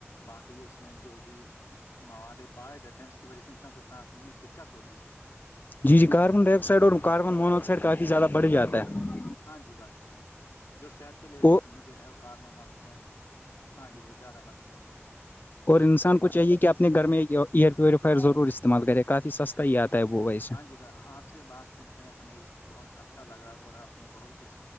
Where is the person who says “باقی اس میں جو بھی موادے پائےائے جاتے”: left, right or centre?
Left